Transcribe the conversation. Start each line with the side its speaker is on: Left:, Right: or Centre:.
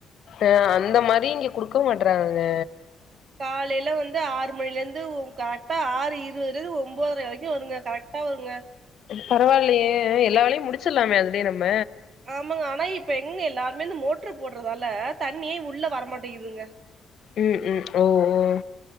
Left: ஆ அந்த மாரி இங்க குடுக்க மாட்றாங்கங்க
Right: காலைல வந்து ஆறு மணில இந்து கரெக்டா ஆறு இருவதுல இருந்து ஒன்பதர வரைக்கு வருங்க கரெக்டா வருங்க
Left: பரவால்லையே எல்லாவேலையு முடிச்சிர்லாமே அதுலயே நம்ம
Right: ஆமாங்க ஆனா இப்ப எங்க எல்லாருமே இந்த மோட்ரு போடுறதால தண்ணியே உள்ள வரமாட்டேங்குதுங்க
Left: ம் ம் ம் ஓ ஓ